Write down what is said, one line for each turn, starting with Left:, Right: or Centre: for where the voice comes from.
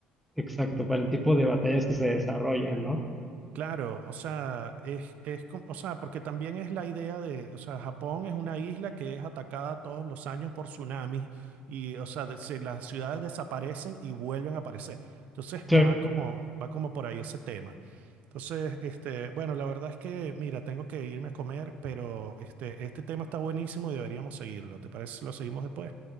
Centre: exacto, para el tipo de batallas que se desarrollan, ¿no?
Right: Claro, o sea, es, es, com- o sea, porque también es la idea de, o sea, Japón es una isla que es atacada todos los años por tsunamis y, o sea, de- se- las ciudades desaparecen y vuelven a aparecer. Entonces va
Centre: Sí,
Right: como, va como por ahí ese tema. Entonces, este, bueno, la verdad es que, mira, tengo que irme a comer, pero este, este tema está buenísimo y deberíamos seguirlo. ¿Te parece si lo seguimos después?